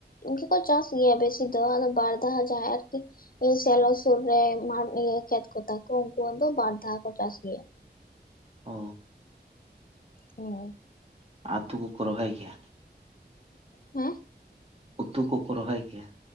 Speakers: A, on the left; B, on the right.
A: ᱤᱱᱠᱟᱹ ᱠᱚ ᱪᱟᱥ ᱜᱮᱭᱟ ᱵᱮᱥᱤ ᱫᱚ ᱵᱟᱨ ᱫᱷᱟᱣ ᱡᱟᱦᱟᱭᱸ ᱟᱨᱠᱤ ᱥᱮᱞᱚ ᱥᱩᱨ ᱨᱮ ᱢᱟᱴ ᱤᱭᱟᱹ ᱠᱷᱮᱛ ᱠᱚᱛᱟ ᱠᱚ ᱩᱱᱠᱩᱟᱜ ᱫᱚ ᱵᱟᱨ ᱫᱷᱟᱣ ᱠᱚ ᱪᱟᱥ ᱜᱮᱭᱟ᱾
B: ᱚ᱾
A: ᱦᱳᱭ᱾
B: ᱟᱛᱩ ᱠᱚᱠᱚ ᱨᱚᱦᱚᱭ ᱜᱮᱭᱟ?
A: ᱦᱮᱸ᱾
B: ᱩᱛᱩ ᱠᱚᱠᱚ ᱨᱚᱦᱚᱭ ᱜᱮᱭᱟ?